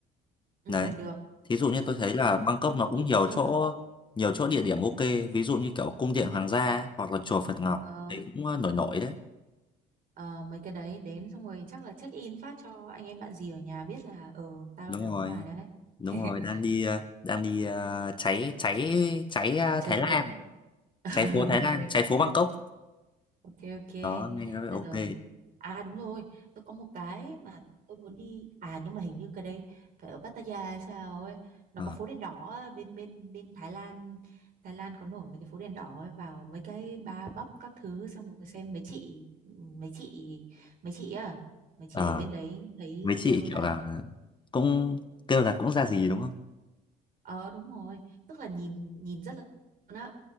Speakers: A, on the right (about 55°); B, on the left (about 30°).
A: ừ
B: đấy
A: được
B: thí dụ như tôi
A: ok
B: thấy là Bangkok
A: Bangkok
B: nó cũng
A: nhiều
B: nhiều
A: chỗ chơi
B: chỗ
A: mà
B: nhiều chỗ địa điểm ok ví dụ như kiểu cung điện hoàng gia ấy, hoặc là chùa Phật Ngọc
A: ờ
B: thì cũng ờ, nổi nổi đấy
A: ờ, mấy cái đấy đến xong rồi chắc là check in phát cho anh em bạn gì ở nhà biết là ờ tao
B: đúng
A: đang ở
B: rồi
A: nước ngoài đấy
B: đúng
A: <laughs>
B: rồi đang đi ờ, đang đi ờ, cháy cháy cháy ờ,
A: Trái
B: Thái
A: phố
B: Lan
A: <laughs>
B: cháy phố Thái
A: ok
B: Lan cháy phố Bangkok
A: Ok ok.
B: đó nghe có vẻ
A: Được
B: ok
A: rồi. À đúng rồi, tôi có một cái mà tôi muốn đi. À nhưng mà hình như cái đấy phải ở Pattaya hay sao ấy. Nó
B: Ờ,
A: có phố đèn đỏ á, bên bên bên Thái Lan. Thái Lan có nổi mấy cái phố đèn đỏ ấy, vào mấy cái bar bắp các thứ xong rồi xem mấy chị mấy chị mấy chị à mấy chị
B: ờ,
A: ở bên đấy thấy
B: mấy chị
A: kêu là
B: kiểu là cũng kêu là cũng ra gì đúng không
A: Ờ đúng rồi, tức là nhìn nhìn rất là nó